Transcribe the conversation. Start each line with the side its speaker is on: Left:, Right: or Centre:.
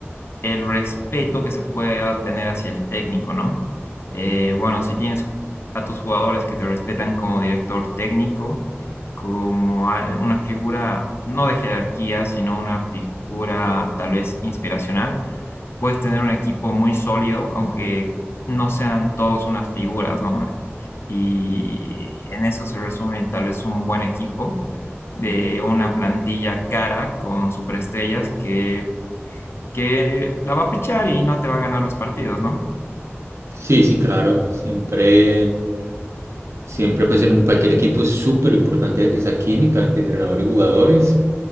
Left: el respeto que se pueda tener hacia el técnico, ¿no? Eh, bueno, si tienes ju- a tus jugadores que te respetan como director técnico, como al- una figura no de jerarquía, sino una figura tal vez inspiracional, puedes tener un equipo muy sólido, aunque no sean todos unas figuras, ¿no? Y en eso se resume tal vez un buen equipo de una plantilla cara con superestrellas que que la va a pichar y no te va a ganar los partidos, ¿no?
Right: Sí, sí, claro, siempre Siempre, pues, en un- cualquier equipo es súper importante esa química entre entrenador y jugadores.